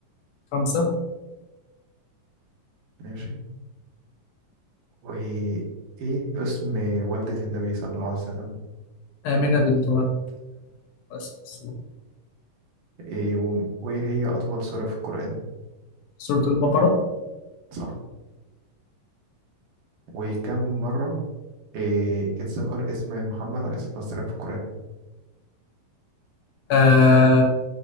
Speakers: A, on the left (about 80°); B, on the right (about 75°).
A: خمسة
B: ماشي وإيه اسم والدة النبي صلى الله عليه وسلم
A: آمنة بنت وهب عليه الصلاة والسلام.
B: إيه و- وإيه هي أطول سورة في القرآن
A: سورة البقرة
B: صح وكم مرة إيه اتذكر اسم محمد عليه الصلاة والسلام في القرآن
A: آه